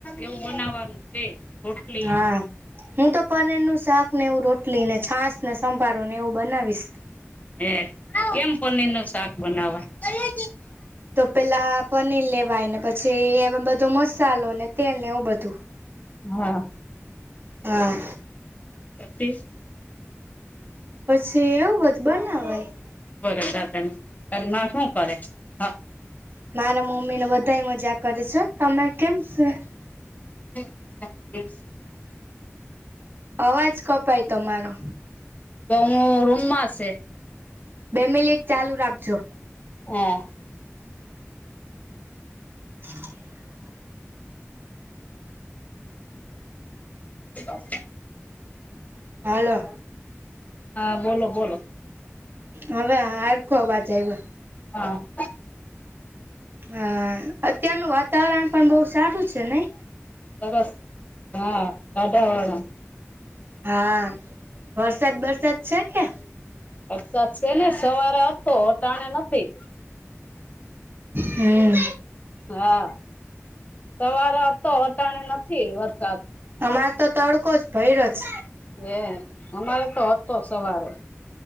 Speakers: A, on the left (about 35°); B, on the right (about 50°).
A: એવું બનાવવાનું છે રોટલી
B: હા હું તો પનીરનું શાક ને એવું રોટલી ને છાસ ને સંભારો ને એવું બનાવીશ
A: હેં કેમ પનીરનું શાક બનાવાય?
B: તો પેલા પનીર લેવાય ને પછી એ બધો મસાલો ને તેલ ને એવું બધું
A: હા
B: હા
A: <unintelligible>
B: પછી એવું બધુ બનાવાય
A: બરો દાદા ને તારમાં શું કરે? હા
B: મારા મમ્મીને બધાય મજા કરે છે હં તમે કેમ સે?
A: <unintelligible>
B: અવાજ કપાય તમારો
A: તો ઉં રૂમમાં સે
B: બે મિલિટ ચાલુ રાખજો
A: એ
B: હ
A: તો
B: હાલો
A: હા બોલો બોલો
B: હવે હારખો અવાજ આયવો
A: હા.
B: હા અત્યારનું વાતાવરણ પણ બહું સારું છે નઈ
A: સરસ હા દાઢા વાળા
B: હા વરસાદ બરસાદ છે કે
A: વરસાદ છે ને સવારે હતો ટાણે નથી
B: હમ્મ.
A: હા સવાર તો અટાણ નથી વરસાદ
B: અમારે તો તડકો જ ભયરો છ
A: એ અમારે તો હતો સવારે